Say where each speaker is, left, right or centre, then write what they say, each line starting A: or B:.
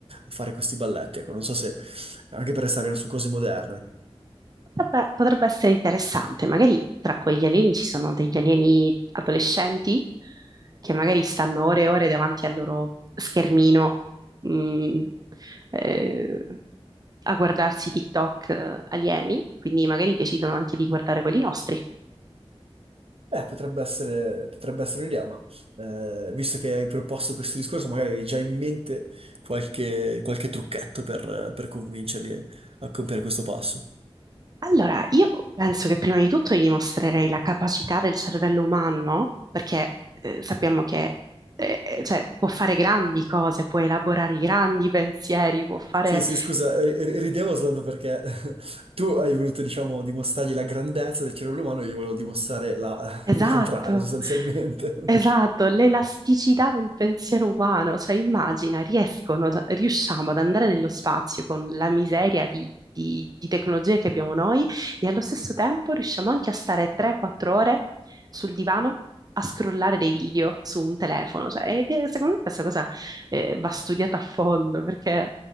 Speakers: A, on the right (about 65°); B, on the right (about 40°).
A: fare questi balletti, ecco, non so se anche per restare su cose moderne.
B: Potrebbe, potrebbe essere interessante, magari tra quegli alieni ci sono degli alieni adolescenti che magari stanno ore e ore davanti al loro schermino, mh, eh, a guardarsi TikTok eh, alieni, quindi magari decidono anche di guardare quelli nostri.
A: Eh, potrebbe essere, potrebbe essere un'idea, ma eh, visto che hai proposto questo discorso, magari avevi già in mente qualche, qualche trucchetto per, per convincerli a compiere questo passo.
B: Allora, io penso che prima di tutto gli mostrerei la capacità del cervello umano, no? Perché eh, sappiamo che eh, eh, cioè, può fare grandi cose, può elaborare i grandi pensieri, può fare...
A: Sì, sì, scusa, eh, ridevo soltanto perché <laughs> tu hai voluto, diciamo, dimostrargli la grandezza del cervello umano e io volevo dimostrare la-
B: Esatto,
A: <laughs> il contrario, sostanzialmente.
B: esatto, l'elasticità del pensiero umano, cioè immagina, riescono, ad- riusciamo ad andare nello spazio con la miseria di, di- di tecnologie che abbiamo noi e allo stesso tempo riusciamo anche a stare 3-4 ore sul divano a scrollare dei video su un telefono, cioè, e che secondo me questa cosa eh, va studiata a fondo perché